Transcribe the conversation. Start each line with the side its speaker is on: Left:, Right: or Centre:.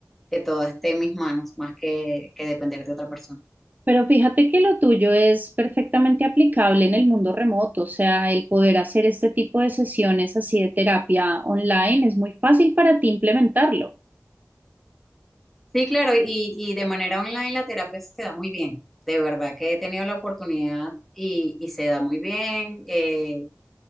Centre: que todo esté en mis manos, más que, que depender de otra persona.
Right: Pero fíjate que lo tuyo es perfectamente aplicable en el mundo remoto, o sea, el poder hacer este tipo de sesiones así de terapia online es muy fácil para ti implementarlo.
Centre: Sí, claro, y, y de manera online la terapia se da muy bien. De verdad que he tenido la oportunidad y, y se da muy bien. eh,